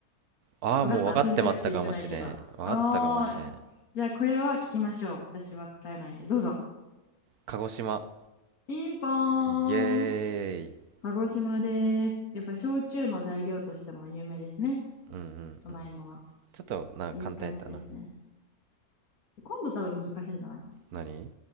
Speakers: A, on the right; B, on the left.
A: ああもう分かってまったかもしれん。
B: わかった選択肢言ってないけど。
A: 分かったかもしれん。
B: あー、じゃあこれは聞きましょう。私は答えないんで。どうぞ。
A: 鹿児島。
B: ピンポーン。
A: イエーイ。
B: 鹿児島です。やっぱ焼酎の材料としても有名ですね。
A: うんうん
B: さつまいもは。
A: ちょっとな簡単やったな
B: いい感じですね。今度多分難しいんじゃない
A: 何